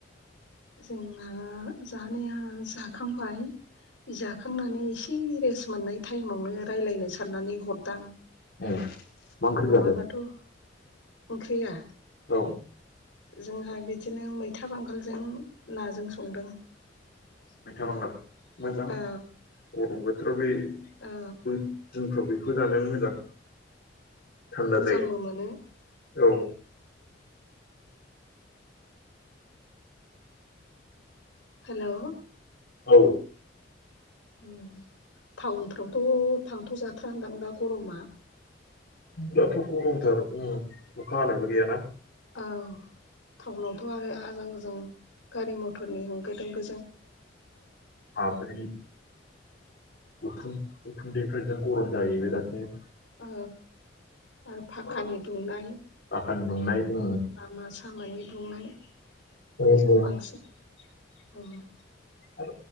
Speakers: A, on the left; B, on the left.
A: जों ना जानाया जाखांबाय जाखांनानै एसे रेस्ट मोननाय थाइमावनो रायज्लायनो साननानै हरदां।
B: ए मा ओंख्रि
A: नङाबाथ'
B: जाखो
A: ओंख्रिया
B: औ।
A: जोंहा बिदिनो मैथा बांगालजों नाजों संदों।
B: मैथा बांगाल मोजां
A: औ
B: गरम बोथोराव बे
A: औ
B: उम दिनफ्राव बेखौ जानायानो मोजां थान्दा
A: मोजांबो
B: जायो
A: मोनो
B: औ
A: हेल'
B: औ
A: उम टाउनफ्रावथ' थांथ' जाथ्रा दां दा गरमा
B: दाथ' ग'रमथार ओम अखा हानायबो गैया ना
A: औ टाउनावथ' आरो आजां गजां गारि मथरनि होंगो दोंग
B: माब्रेनि <unintelligible> उखुन्दैफोरजों ग'रम जायो बिरादनो
A: औ आर फाखानि दुंनाय
B: आखान्द मोननाय उम
A: लामा सामानि दुंनाय
B: हम
A: बेजों
B: हम
A: बांसिन ओम
B: आर